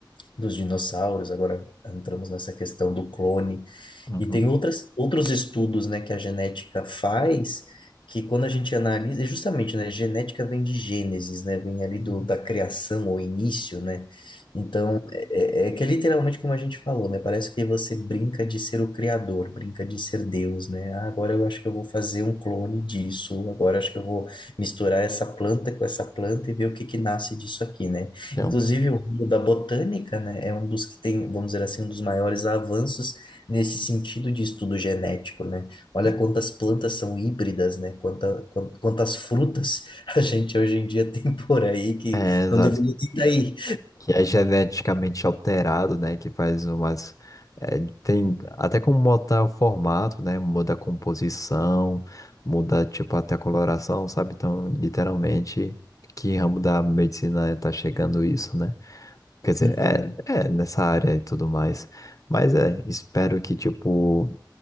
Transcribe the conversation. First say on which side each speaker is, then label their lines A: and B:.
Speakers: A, on the left (about 80°); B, on the left (about 45°).
A: dos dinossauros, agora entramos nessa questão do clone.
B: Uhum.
A: E tem outras, outros estudos, né, que a genética faz, que quando a gente analisa, e justamente, né, genética vem de Gênesis, né, vem ali
B: Uhum.
A: do, da criação ou início, né? Então, é, é é que é literalmente como a gente falou, né? Parece que você brinca de ser o criador, brinca de ser Deus, né? Ah, agora eu acho que eu vou fazer um clone disso, agora eu acho que eu vou misturar essa planta com essa planta e ver o que que nasce disso aqui, né?
B: Então,
A: Inclusive, o ramo da botânica, né, é um dos que tem, vamos dizer assim, um dos maiores avanços nesse sentido de estudo genético, né? Olha
B: sim.
A: quantas plantas são híbridas, né? Quanta, quan- quantas frutas a gente hoje em dia tem por aí que
B: É, exato.
A: não deveria estar aí.
B: que é geneticamente alterado, né? Que faz umas. é, tem até como mudar o formato, né? Muda a composição, muda, tipo, até a coloração, sabe? Então, literalmente, que ramo da medicina tá chegando isso, né? Quer dizer,
A: Uhum,
B: é, é nessa área e tudo mais. Mas é, espero que, tipo,